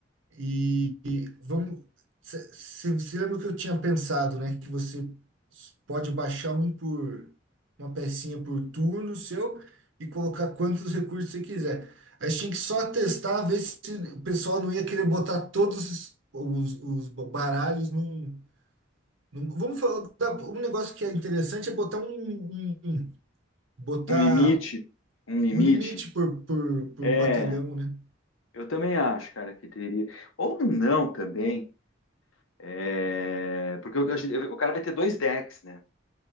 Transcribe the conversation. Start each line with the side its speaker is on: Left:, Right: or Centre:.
Right: E, e vamos. Você lembra que eu tinha pensado, né? Que você s- pode baixar um por uma pecinha por turno seu e colocar quantos recursos você quiser. A gente tinha que só testar, ver se o pessoal não ia querer botar todos os, os baralhos num, num- Vamos falar. da- Um negócio que é interessante é botar um, um- um, botar
Left: Um limite, um limite.
Right: um limite por, por, por
Left: É,
Right: batalhão, né?
Left: eu também acho, cara, que teria. Ou não também, é, porque o, a gente- o cara vai ter dois decks, né?